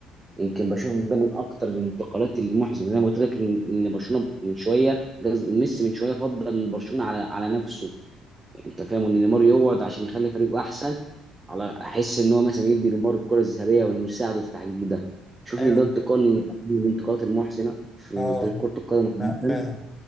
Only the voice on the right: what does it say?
يمكن بشوف إن ده من اكتر الانتقالات المحزنه زي ما قلت لك ان إن برشلونه من شويه جاز- ميسي من شويه فضل برشلونه على على نفسه يعني انت فاهم ان نيمار يقعد عشان يخلي فريقه احسن على احس ان هو مثلا يدي نيمار الكره الذهبيه وانه يساعده في تحقيق ده شوف
ان ده انتقال من الانتقالات المحزنه في
تاريخ كره القدم
عامه